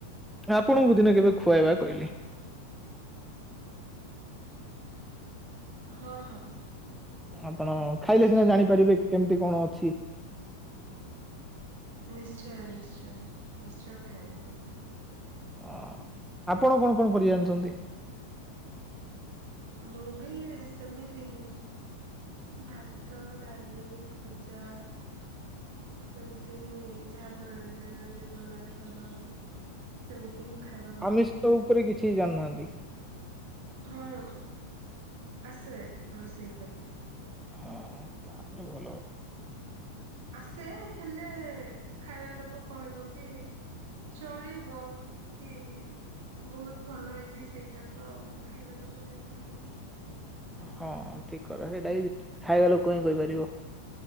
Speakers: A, in the centre; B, on the right.
A: ଆପଣଙ୍କୁ ଦିନେ କେବେ ଖୁଆଇବା କହିଲି।
B: ହଁ ହଁ।
A: ଆପଣ ଖାଇଲେ
B: ନିଶ୍ଚୟ।
A: ସିନା ଜାଣିପାରିବେ କେମିତି କଣ ଅଛି।
B: ନିଶ୍ଚୟ ନିଶ୍ଚୟ ନିଶ୍ଚୟ ଖାଇବି ମୁଁ।
A: ଅ ଆପଣ କଣ କଣ କରି ଜାଣିଛନ୍ତି?
B: ମୁଁ ବି ସେମିତି ହିଁ ଭାତ ଡାଲି ଭଜା ଏମତି ହିଁ ଯାହା ଦୈନନ୍ଦିନ ଜୀବନରେ <unintelligible> ସେମିତି ହିଁ ଖାଇବା ବନେଇଦିଏ।
A: ଆମିଷ ଉପରେ କିଛି ଜାଣିନାହାନ୍ତି
B: ହଁ ଆସେ ରୋଷେଇ କରି।
A: ହଁ ତାହେଲେ ଭଲ ଅ
B: ଆସେ ହେଲେ ଖାଇବା ଲୋକ କହିବ କି ଚଳିବ କି ବହୁତ ଭଲ ହେଇଛି ସେଇଟା ତ ଖାଇବା ଲୋକ ହିଁ କହିବ ନା
A: ହଁ ଠିକ କଥା ସେଇଟା ବି ଖାଇବା ଲୋକ ହିଁ କହିପାରିବ।